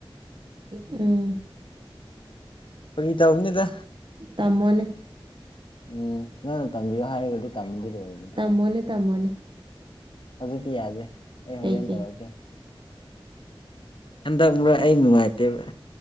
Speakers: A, on the right (about 60°); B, on the left (about 65°).
A: ꯎꯝ
B: ꯐꯥꯒꯤ ꯇꯧꯕꯅꯤꯗ
A: ꯇꯥꯝꯃꯣꯅꯦ
B: ꯎꯝ ꯅꯪ ꯅ ꯇꯝꯕꯤꯌꯣ ꯍꯥꯏꯔꯒꯗꯤ ꯇꯝꯕꯤꯔ ꯂꯣꯢꯔꯦꯗꯅ
A: ꯇꯃꯣꯅꯦ ꯇꯃꯣꯅꯦ
B: ꯍꯧꯖꯤꯛꯇꯤ ꯌꯥꯗꯦ ꯑꯩ
A: ꯀꯩꯒꯤ
B: ꯍꯣꯔꯦꯟ ꯇꯧꯔꯛꯀꯦ ꯍꯟꯗꯛ ꯃꯔꯛ ꯑꯩ ꯅꯨꯡꯉꯥꯏꯇꯦꯕ